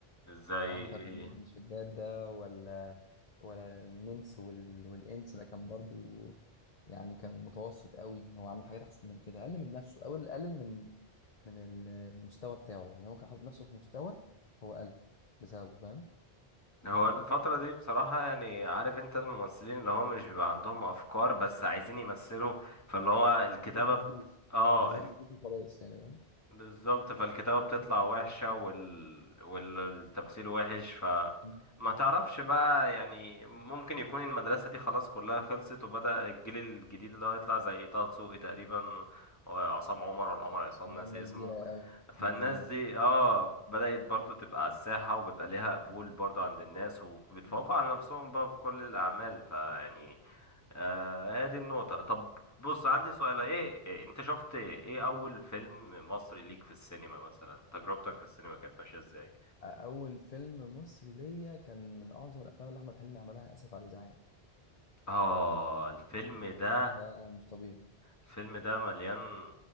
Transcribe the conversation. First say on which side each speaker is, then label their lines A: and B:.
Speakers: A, on the left; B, on the left.
A: زي
B: عنتر
A: ايه
B: بن ابن شداد ده ولا ولا النمس وال... والإنس ده كان برضو يعني كان متوسط قوي هو عمل حاجات أحسن من كده أقل من نفسه أو أقل من من من المستوى بتاعه يعني هو كان حاطط نفسه في مستوى هو قل بسببه فاهم
A: هو الفترة دي بصراحة يعني عارف انت الممثلين اللي هم مش بيبقى عندهم افكار بس عايزين يمثلوا فاللي هو الكتابة
B: عايزين ياخدوا
A: بت...
B: فلوس
A: اه
B: عايزين ياخدوا فلوس وخلاص يعني فاهم
A: بالظبط فالكتابة بتطلع وحشة وال... والتمثيل وحش ف
B: مم.
A: ما تعرفش بقى يعني ممكن يكون المدرسة دي خلاص كلها خلصت وبدأ الجيل الجديد اللي هو يطلع زي طه دسوقي تقريبا وعصام عمر ولا عمر عصام
B: اه
A: ناسي
B: الناس
A: اسمه
B: دي رايقة قوي
A: فالناس
B: الناس دي رايقة
A: دي اه بدأت برضو تبقى على الساحة وبيبقى ليها قبول برضو عند الناس وبيتفوقوا
B: مم.
A: على نفسهم بقى في كل الأعمال فيعني آه، هي دي النقطة طب بص عندي سؤال ايه إيه، انت شفت ايه اول فيلم مصري ليك في السينما مثلا تجربتك في السينما كانت ماشية ازاي
B: أول فيلم مصري ليا كان من أعظم الأفلام اللي أحمد حلمي عملها آسف على الإزعاج
A: اه الفيلم ده
B: ده مش طبيعي
A: الفيلم ده مليان